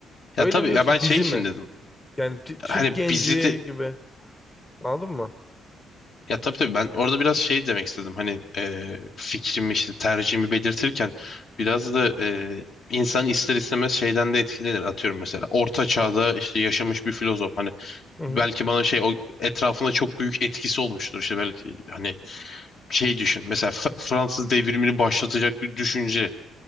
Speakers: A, on the left (about 60°); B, on the left (about 20°).
A: Ya
B: Öyle
A: tabii
B: mi
A: ya
B: yoksa
A: ben şey
B: bizi
A: için
B: mi?
A: dedim.
B: Yani Tü- Türk
A: Hani
B: genci
A: bizi de
B: gibi. Anladın mı?
A: ya tabii tabii ben orada biraz şey demek istedim. Hani e, fikrimi işte tercihimi belirtirken biraz da e, insan ister istemez şeyden de etkilenir. Atıyorum mesela orta çağda işte yaşamış bir filozof hani
B: Hı hı.
A: belki bana şey o etrafına çok büyük etkisi olmuştur. İşte belki hani şey düşün. Mesela F- Fransız devrimini başlatacak bir düşünce.